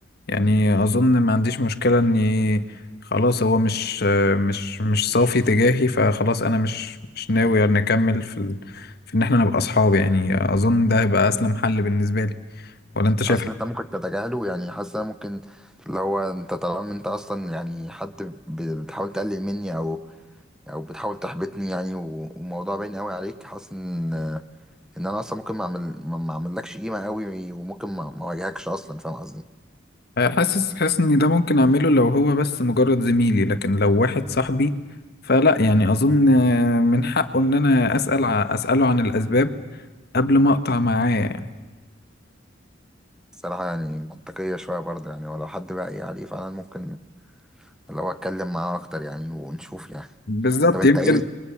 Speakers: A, on the left (about 60°); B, in the centre.
A: يعني اظن ما عنديش مشكله اني خلاص هو مش مش مش صافي تجاهي فخلاص انا مش مش ناوي نكمل في ال... في ان احنا نبقى اصحاب يعني اظن ده هيبقى اسلم حل بالنسبه لي ولا انت شايف
B: حاسس ان انت ممكن تتجاهله يعني حاسس ان أنا ممكن لو انت طالما انت اصلا يعني حد ب- بتحاول تقلل مني او او بتحاول تحبطني يعني و- والموضوع باين قوي عليك حاسس ان ان انا اصلا ممكن ما اعمل ما ما اعملكش قيمه قوي وممكن ما ما اواجهكش اصلا فاهم قصدي
A: آه، حاسس حاسس ان ده ممكن اعمله لو هو بس مجرد زميلي لكن لو واحد صاحبي فلا يعني اظن من حقه ان انا اسال ع- اساله عن الاسباب قبل ما اقطع معاه يعني
B: الصراحه يعني منطقيه شويه برضه يعني ولو حد بقى ايه عليه فعلا ممكن لو اتكلم معاه اكتر يعني ونشوف يعني
A: بالظبط
B: طب انت
A: يمكن
B: ايه